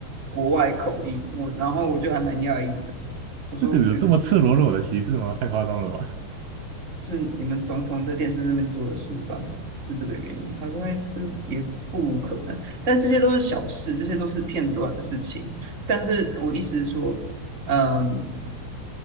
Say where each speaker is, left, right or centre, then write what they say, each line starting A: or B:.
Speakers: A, on the right; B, on the right.
A: 国外口音。我然后我就还蛮讶异的，我说我觉得是
B: 这个有这么赤裸裸的歧视吗？太夸张了吧？
A: 是你们总统在电视上面做的示范，是这个原因。他说，哎，这是也不无可能，但这些都是小事，这些都是片段的事情。但是我意思是说，嗯，